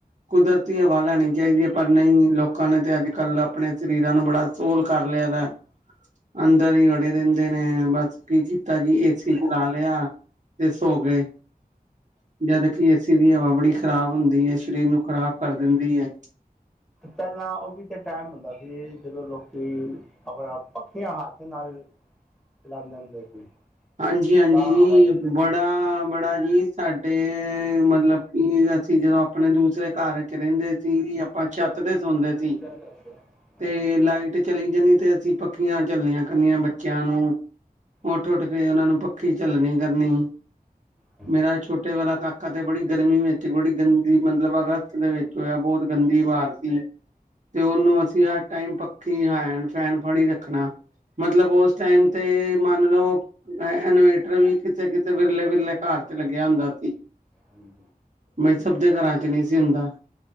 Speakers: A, on the right (about 50°); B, in the centre.
A: ਕੁਦਰਤੀ ਹਵਾ ਲੈਣੀ ਚਾਹੀਦੀ ਐ। ਪਰ ਨਈ ਲੋਕਾਂ ਨੇ ਤੇ ਅੱਜ ਕੱਲ੍ਹ ਅਪਣੇ ਸਰੀਰਾਂ ਨੂੰ ਬੜਾ। ਸੋਲ ਕਰ ਲਿਆ ਦਾ ਐ। ਅੰਦਰ ਈ ਵੜੇ ਰਹਿੰਦੇ ਨੇ ਬੱਸ ਕੀ ਜੀ। ਤਾ ਜੀ ਏਸੀ ਚਲਾ ਲਿਆ ਤੇ ਸੋ ਗਏ। ਜਦ ਕਿ ਏ ਸੀ ਦੀ ਹਵਾ ਬੜੀ ਖ਼ਰਾਬ ਹੁੰਦੀ ਐ। ਸਰੀਰ ਨੂੰ ਖ਼ਰਾਬ ਕਰ ਦਿੰਦੀ ਐ।
B: ਪਹਿਲਾਂ ਓਹ ਵੀ ਤੇ ਟੈਮ ਹੁੰਦਾ ਸੀ। ਜਦੋਂ ਲੋਕੀ ਆਪਣਾ ਪੱਖੀਆਂ ਹੱਥ ਨਾਲ ਚਲਾਾਂਦੇ ਦੇ ਸੀ।
A: ਹਾਂਜੀ ਹਾਂਜੀ
B: ਤਾਂ
A: ਜੀ।
B: ਹਵਾ ਲੈਂਦੇ ਸੀ
A: ਬੜਾ ਬੜਾ ਜੀ। ਸਾਡੇ ਮਤਲਬ ਅਸੀਂ ਜਦੋਂ ਅਪਣੇ ਦੂਸਰੇ ਘਰ ਚ ਰਹਿੰਦੇ ਸੀ। ਆਪਾਂ
B: ਹਾਂਜੀ
A: ਛੱਤ
B: ਹਾਂਜੀ
A: ਤੇ ਸੌਦੇ ਸੀ।
B: <inaudible>
A: ਤੇ ਲਾਈਟ ਚਲੀ ਜਾਨੀ ਤੇ ਅਸੀ ਪੱਖੀਆਂ ਚੱਲਣੀਆਂ ਕਰਨੀਆਂ। ਬੱਚੇਆਂ ਨੂੰ ਉਠ
B: ਹਾਂਜੀ
A: - ਉੱਠ ਤੇ ਓਹਨਾ ਨੂੰ ਪੱਖੀ ਝੱਲਣੀ ਕਰਨੀ।
B: ।
A: ਮੇਰਾ ਛੋਟੇ ਵਾਲਾ ਕਾਕਾ ਤੇ ਬੜੀ ਗਰਮੀ ਵਿੱਚ ਬੜੀ ਗੰਦੀ ਮਤਲਬ ਅਗਸਤ ਦੇ ਵਿੱਚ। ਜੋ ਐ ਬੋਤ ਗੰਦੀ ਬਾਰ ਸੀ। ਤੇ ਔਨੂੰ ਅਸੀ ਹਰ ਟਾਈਮ ਪੱਖੀ ਹੈਂਡ ਫੈਨ ਫੜੀ ਰੱਖਣਾ। ਮਤਲਬ ਓਸ ਟਾਈਮ ਤੇ ਮੰਨ ਲਓ। ਅ ਇਨਵੇਟਰ ਵੀ ਕਿਸੇ - ਕਿਸੇ ਵਿਰਲੇ ਵਰਲੇ ਘਰ ਚ ਲੱਗਿਆ ਹੁੰਦਾ ਸੀ।
B: ਹਮ।
A: ਬਈ ਸਭ ਦੇ ਘਰਾਂ ਚ ਨੀ ਸੀ ਹੁੰਦਾ।